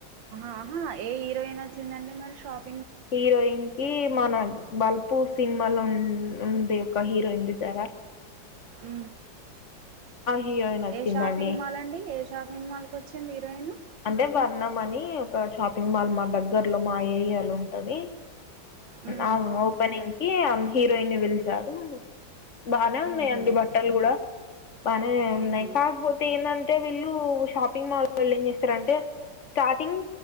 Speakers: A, on the right; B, on the left.
A: ఆహా ఏ హీరోయిన్ వచ్చిందండి మరి షాప్
B: హీరోయిన్ కి మన బల్పు సినిమాలో ఉ ఉంది ఒక హీరోయిన్ తీశారా
A: ఉ
B: హీరోయిన్ వచ్చిందండి
A: ఏ షాపింగ్ మాల్ అండి. ఏ షాపింగ్ మాల్ కి వచ్చి వచ్చింది హీరోయిను
B: అంటే వర్ణం అని ఒక షాపింగ్ మాల్ మా దగ్గర్లో మా ఏరియాలో ఉంటది.
A: హ్మ్.
B: ఆ ఓపెనింగ్ కి హీరోయిన్ పిలిచారు బానే
A: హుహు.
B: ఉన్నాయిండి, బట్టలు కూడా బాగానే ఉన్నాయి.
A: హ్మ్.
B: కాకపోతే ఏంటంటే వీళ్ళు షాపింగ్ మాల్ వెళ్ళ అంటే స్టార్టింగ్